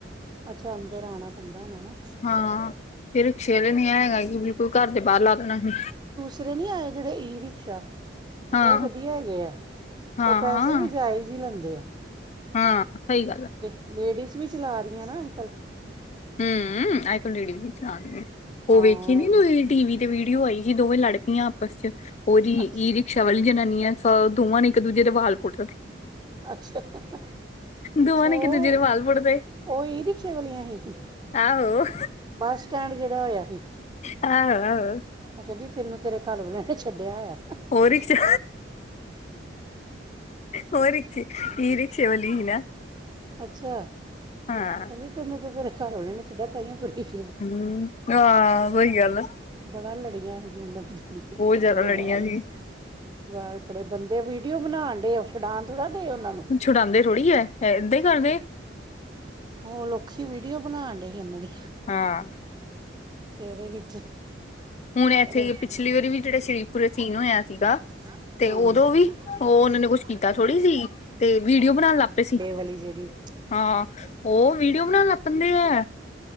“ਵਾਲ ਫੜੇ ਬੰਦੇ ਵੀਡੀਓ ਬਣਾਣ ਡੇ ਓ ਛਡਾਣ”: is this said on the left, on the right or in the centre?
Right